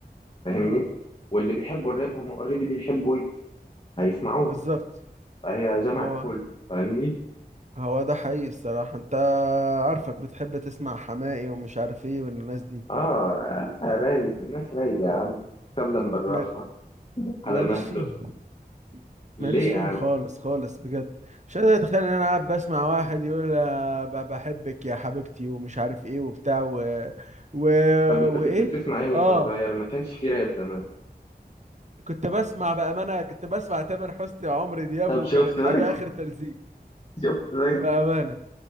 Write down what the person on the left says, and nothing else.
فاهمني
واللي بيحبوا الراب هم اوريدي بيحبوا ويجز، هيسمعوها
فهي جمعت
كله فاهمني
اه آه، رايق الناس رايقة يا عم اتكلم بالراحة
على
مهله
ليه
يا عم
طب انت
كنت بتسمع ايه وانت
صغير ما كانش في راب زمان
طب
شفت
بقى
<laughs> شفت بقى